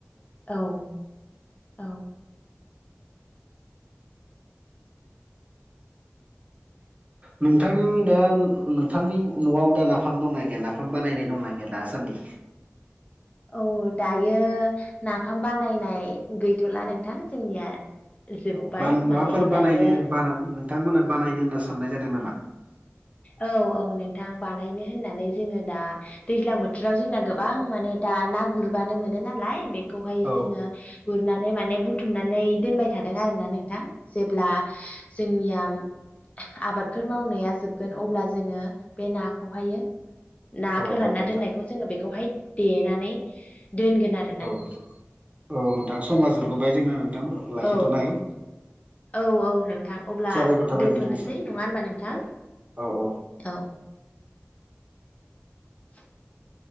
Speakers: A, on the left; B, on the right.
A: औ औ
B: नोंथां दा नोंथांनि न'वाव दा नाफाम दंना गैया नाफाम बानायनाय दंना गैया दासान्दि
A: औ दायो नाफाम बानायनाय गैथ'ला नोंथां जोंनिया जोब्बाय
B: औ बान माबाफोर
A: माने
B: बानायनो
A: दायो
B: बा नोंथांमोना बानायनो होनना साननाय जादों नामा?
A: औ औ नोंथां बानायनो होननानै जोङो दा दैज्लां बोथोराव जोंना गोबां माने दा ना गुरबानो मोनो नालाय बेखौहाय
B: औ
A: जोङो गुरनानै माने बुथुमनानै दोनबाय थादों आरोना नोंथां जेब्ला जोंनिया आबादफोर मावनाया जोब गोन अब्ला जोङो बे नाखौहायो ना
B: औ
A: फोरानना
B: नोंथां
A: दोननाय बेखौ जोङो बेखौहाय देनानै दोनगोन आरो
B: औ औ नोंथां औ नोंथां समा जोबबोबाय जोंना नोंथां लाखिथ'नाय
A: औ औ औ नोंथां अब्ला
B: साबायखर थाबाय
A: दोनथ'नोसै
B: नोंथांनिसिम
A: नङा ओनबा नोंथां
B: औ औ औ
A: औ <inaudible>